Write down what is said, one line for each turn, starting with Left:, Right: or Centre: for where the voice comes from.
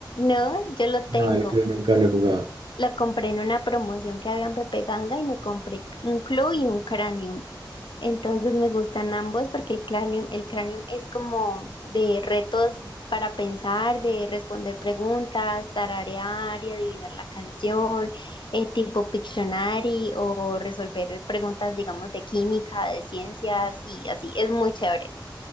Left: No, yo lo tengo.
Right: No, el club nunca lo he jugado.
Left: Lo compré en una promoción que había en Pepe Ganga y me compré un club y un cranium. Entonces me gustan ambos porque el cranium, el cranium es como de retos para pensar, de responder preguntas, tararear y adivinar la canción, eh, tipo Pictionary o resolver preguntas, digamos, de química, de ciencias y así. Es muy chévere.